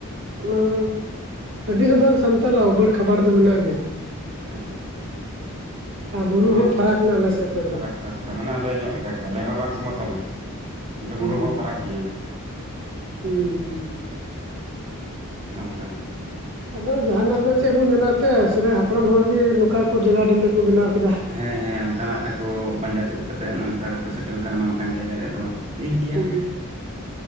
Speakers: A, on the right; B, on the right.
A: ᱢᱟᱹᱼᱼ ᱟᱹᱰᱤ ᱦᱚᱸ ᱵᱟᱝ ᱥᱟᱢᱛᱟᱞᱟ ᱩᱵᱟᱹᱲ ᱠᱷᱟᱵᱟᱲ ᱫᱚ ᱢᱮᱱᱟᱜ ᱜᱮᱭᱟ᱾
B: ᱟᱪᱪᱷᱟ ᱟᱪᱪᱷᱟ ᱦᱮᱸ᱾
A: ᱟᱨ ᱵᱩᱨᱩ
B: ᱢᱟᱱᱮ
A: ᱦᱚᱸ ᱯᱷᱟᱨᱟᱠ ᱮᱱᱟ ᱟᱞᱮ ᱥᱮᱫ ᱠᱷᱚᱡ
B: ᱯᱷᱟᱨᱟᱠ
A: ᱫᱚ᱾
B: ᱟᱪᱪᱷᱟ ᱢᱟᱱᱮ ᱟᱞᱮ ᱧᱚᱜ ᱞᱮᱠᱟ ᱜᱮ ᱟᱞᱮ ᱦᱚᱸ ᱵᱟᱝ ᱥᱚᱢᱚᱛᱚᱞᱟ ᱠᱤᱱᱛᱩ ᱵᱩᱨᱩ
A: ᱦᱩᱸ
B: ᱦᱚᱸ ᱯᱷᱟᱨᱟᱠ ᱜᱤᱭᱟ᱾
A: ᱦᱩᱸ ᱦᱩᱸ᱾
B: ᱟᱞᱮ ᱦᱚᱸ ᱚᱱᱠᱟ ᱜᱮ᱾
A: ᱟᱫᱚ ᱡᱟᱦᱟᱱᱟᱜ ᱫᱚ ᱪᱮᱜ ᱵᱚᱱ ᱢᱮᱱᱟᱜ ᱛᱮ ᱥᱮᱫᱟᱭ ᱦᱟᱯᱲᱟᱢ ᱦᱚᱲ ᱜᱤ ᱱᱚᱝᱠᱟ ᱠᱚ ᱡᱟᱜᱟ ᱰᱤᱰᱟᱹ ᱠᱚ ᱵᱮᱱᱟᱣ ᱠᱤᱫᱟ᱾
B: ᱦᱮᱸ ᱦᱮᱸ ᱱᱚᱝᱠᱟᱱᱟᱜ ᱨᱮᱠᱚ ᱯᱟᱸᱡᱟ ᱛᱩᱫ ᱠᱟᱛᱮ ᱱᱚᱝᱠᱟ ᱨᱮᱠᱚ ᱥᱮᱴᱮᱞ ᱠᱟᱱᱟ ᱱᱚᱝᱠᱟᱱ ᱡᱟᱭᱜᱟ ᱨᱮ ᱟᱫᱚᱼᱼ ᱴᱷᱤᱠ ᱜᱤᱭᱟ
A: ᱦᱩᱸ